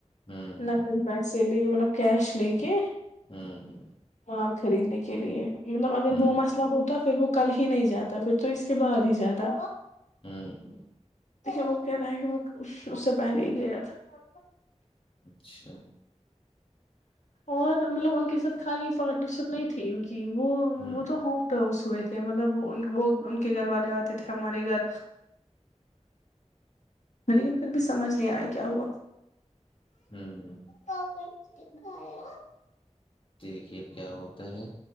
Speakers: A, on the left; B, on the left.
A: ہوں ہوں
B: نہ کہیں پیسے لے مطلب کیش لے کے
A: ہوں
B: مال خریدنے کے لیے مطلب اگر
A: ہوں
B: وہ مسئلہ ہوتا پھر وہ کل ہی نہیں جاتا پھر تو اس کے بعد ہی جاتا
A: ہاں
B: وہ کہہ رہا ہے کہ وہ اس سے پہلے ہی گیا تھا
A: اچھا
B: اور مطلب ان کے ساتھ خالی پارٹنر شپ نہیں تھی ان کی وہ
A: ہوں
B: وہ تو ہوم ٹرمس کوئے تھے مطلب وہ وہ ان کے گھر والے آتے تھے ہمارے گھر لیکن پھر بھی سمجھ نہیں آیا کیا ہوا
A: ہوں
B: کا کر کت ب ہےا <inaudible>
A: دیکھیے اب کیا ہوتا ہے